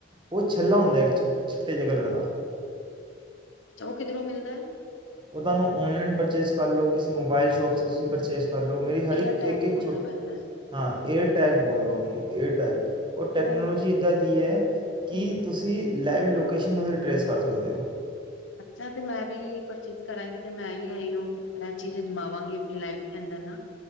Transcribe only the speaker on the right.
ਉਹ ਛੱਲਾ ਹੁੰਦਾ ਇੱਕ ਚਿੱਟੇ ਚ ੱਤੇ ਜ੍ਹਾ ਲੜਦਾ
ਉਹ ਤੁਹਾਨੂੰ ਔਨਲਾਈਨ ਪਰਚੇਸ ਕਰ ਲਓ ਕਿਸੇ ਮੋਬਾਇਲ ਸ਼ੋਪ ' ਤੁਸੀਂ ਪਰਚੇਸ ਕਰਲੋ ਮੇਰੀ ਹਰ ਇੱਕ
ਇੱਕ ਇੱਕ
ਛੋਟ
ਹਾਂ ਏਅਰਟੈਗ ਬੋਲ ਦ ਉਹਨੂੰ ਏਅਰਟੈਕ ਉਹਰ ਟੈਕਨੋਲੋਜੀ
ਇੱਦਾਂ ਦੀ ਹੈ।
ਕਿ ਤੁਸੀਂ ਲਾਈਵ ਲੋਕੇਸ਼ਨ ਤੁਦੀ ਰਿਟਰੇਸ ਕਰ ਸਕਦੇ ਹੋ